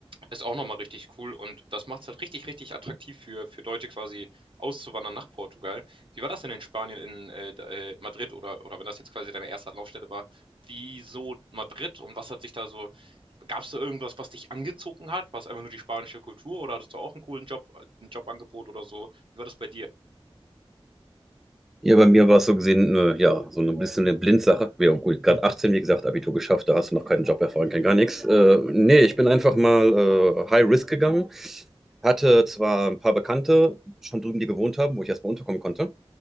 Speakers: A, on the right; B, in the centre.
A: ist auch nochmal richtig cool und das macht es halt richtig, richtig attraktiv für, für Deutsche quasi auszuwandern nach Portugal. Wie war das denn in Spanien, in äh, da- äh, Madrid oder, oder wenn das jetzt quasi deine erste Anlaufstelle war? Wieso Madrid und was hat sich da so, gab es da irgendwas, was dich angezogen hat? War es einfach nur die spanische Kultur oder hattest du auch einen coolen Job, äh, ein Jobangebot oder so? Wie war das bei dir?
B: Ja, bei mir war es so gesehen, äh, ja, so ein bisschen eine Blindsache. Wir haben gut, gerade 18, wie gesagt, Abitur geschafft, da hast du noch keinen Job erfahren, kein gar nichts. Äh, nee, ich bin einfach mal äh, High Risk gegangen. Hatte zwar ein paar Bekannte schon drüben, die gewohnt haben, wo ich erstmal unterkommen konnte.